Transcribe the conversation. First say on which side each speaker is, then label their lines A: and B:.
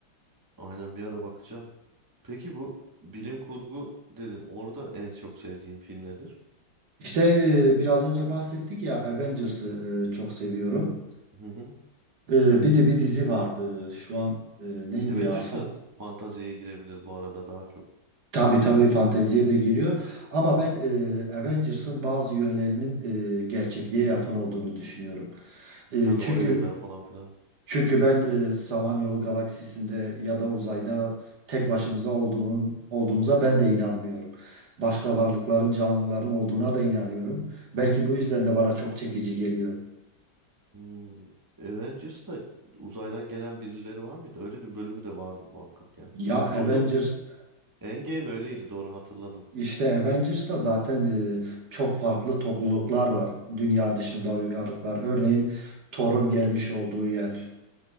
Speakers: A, on the right; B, on the right.
A: Aynen bir ara bakacağım. Peki bu bilim kurgu dedin. Orada en çok sevdiğin film nedir?
B: İşte e, biraz önce bahsettik ya Avengers'ı e, çok seviyorum.
A: Hı hı.
B: Ee, bir de bir dizi vardı. Şu an e, neydi
A: Avengers'a
B: ya? Fa-
A: fantaziye girebilir bu arada daha çok.
B: tabii tabii
A: Ya,
B: fanteziye de giriyor. Ama ben e, Avengers'ın bazı yönlerinin e, gerçekliğe yakın olduğunu düşünüyorum. E,
A: Tabii
B: çünkü
A: o Iron
B: Evet.
A: Man falan filan.
B: çünkü ben e, Samanyolu galaksisinde ya da uzayda tek başımıza olduğum, olduğumuza ben de inanmıyorum. Başka varlıkların, canlıların olduğuna da inanıyorum. Belki bu yüzden de bana çok çekici geliyor.
A: Hmm. Avengers'ta uzaydan gelen birileri var mıydı? Öyle bir bölümü de vardır muhakkak ya.
B: Ya
A: Doğru
B: Avengers
A: doğru. Endgame öyleydi doğru hatırladım.
B: İşte Avengers'ta zaten e, çok farklı topluluklar var dünya dışında uygarlıklar. Örneğin Thor'un gelmiş olduğu yer,